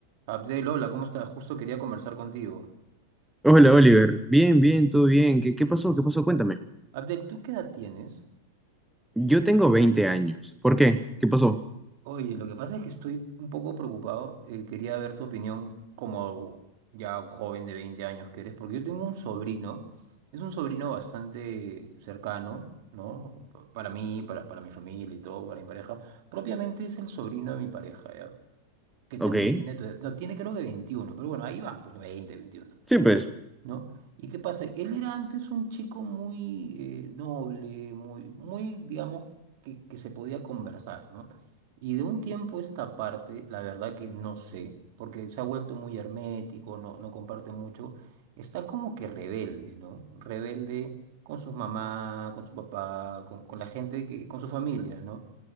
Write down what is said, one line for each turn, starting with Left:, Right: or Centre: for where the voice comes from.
Right: Abdel, hola, ¿cómo estás? Justo quería conversar contigo.
Centre: Hola Oliver, bien, bien, todo bien. ¿Qué, qué pasó? ¿Qué pasó? Cuéntame.
Right: Abdel, ¿tú qué edad tienes?
Centre: Yo tengo 20 años. ¿Por qué? ¿Qué pasó?
Right: Oye, lo que pasa es que estoy un poco preocupado. eh, quería ver tu opinión como ya joven de 20 años que eres, porque yo tengo un sobrino. Es un sobrino bastante cercano, ¿no? Pa- Para mí, para, para mi familia y todo, para mi pareja. Propiamente es el sobrino de mi pareja, ¿ya? Que también
Centre: Ok.
Right: tiene tu edad. No, tiene creo que veintiuno. pero bueno, ahí van, pues 20, 21.
Centre: Sí, pues.
Right: ¿no? ¿Y qué pasa? Él era antes un chico muy eh, noble, muy, muy, digamos, que, que se podía conversar, ¿no? Y de un tiempo a esta parte, la verdad que no sé, porque se ha vuelto muy hermético, no, no comparte mucho, está como que rebelde, ¿no? Rebelde con sus mamás, con su papá, con, con la gente que, con su familia, ¿no?